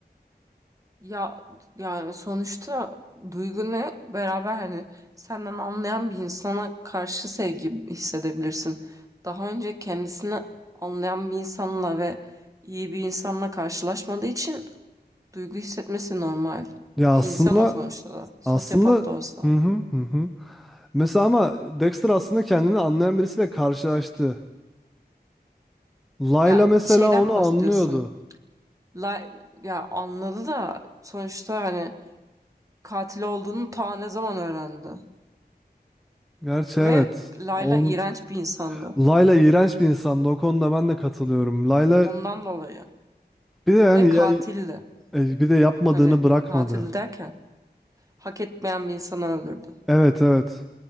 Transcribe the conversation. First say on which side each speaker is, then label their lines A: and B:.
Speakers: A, on the right; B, in the centre.
A: Ya yani sonuçta duygunu beraber hani senden anlayan bir insana karşı sevgi hissedebilirsin. Daha önce kendisini anlayan bir insanla ve iyi bir insanla karşılaşmadığı için duygu hissetmesi normal.
B: Ya
A: Bir
B: aslında
A: insan o sonuçta da. Sosyopat
B: aslında
A: da olsa.
B: hı hı hı. hı. Mesela ama Dexter aslında kendini anlayan birisiyle karşılaştı. Layla
A: Yani
B: mesela
A: şeyden
B: onu
A: mi
B: anlıyordu.
A: bahsediyorsun? La, ya anladı da sonuçta hani katil olduğunu ta ne zaman öğrendi.
B: Gerçi
A: Ve
B: evet.
A: Layla
B: Onu,
A: iğrenç bir insandı.
B: Layla iğrenç bir insandı. O konuda ben de katılıyorum. Layla
A: Ondan dolayı.
B: Bir de yani
A: Ve katildi.
B: ya, e, bir de yapmadığını
A: Hani
B: bırakmadı.
A: katil derken hak etmeyen bir insanı öldürdü.
B: Evet evet.